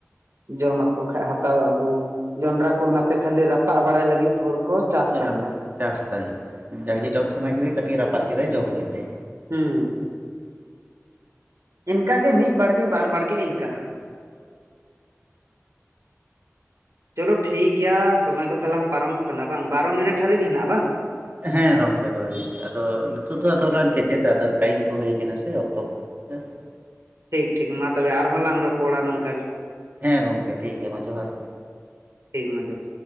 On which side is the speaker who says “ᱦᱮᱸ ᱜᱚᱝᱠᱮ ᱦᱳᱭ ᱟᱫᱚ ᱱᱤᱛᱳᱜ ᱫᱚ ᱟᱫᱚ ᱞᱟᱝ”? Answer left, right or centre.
Right